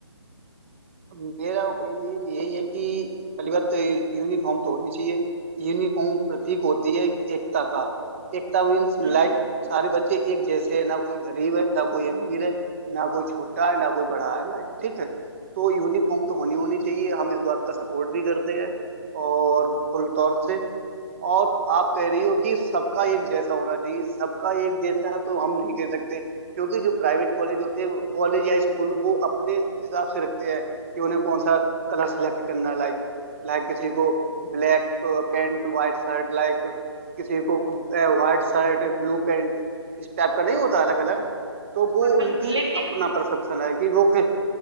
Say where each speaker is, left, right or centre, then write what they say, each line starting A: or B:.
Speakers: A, on the right; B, on the right.
A: मेरा ओपिनियन यही है कि पहली बात तो यूनिफॉर्म तो होनी चाहिए यूनिफॉर्म प्रतीक होती है एकता का एकता मीन्स
B: हम्म,
A: लाइक सारे बच्चे एक जैसे हैं ना कोई गरीब है ना कोई अमीर है ना कोई छोटा है ना कोई बड़ा है लाइक ठीक है तो यूनिफॉर्म तो होनी होनी चाहिए हम इस बात का सपोर्ट भी करते हैं और फुल तौर से और आप कह रही हो कि सबका एक जैसा होना चाहिए सबका एक जैसा तो हम नहीं कह सकते क्योंकि जो प्राइवेट कॉलेज होते हैं कॉलेज या स्कूल वो अपने हिसाब से रखते हैं कि उन्हें कौन सा कलर सेलेक्ट करना है। लाइक लाइक किसी को black pant white shirt like किसी को वाइट शर्ट ब्लू पैंट इस टाइप का नहीं होता अलग अलग तो
B: बिल्कुल
A: वो उनकी
B: बिल्कुल लेकिन
A: अपना परसेप्शन है कि वो के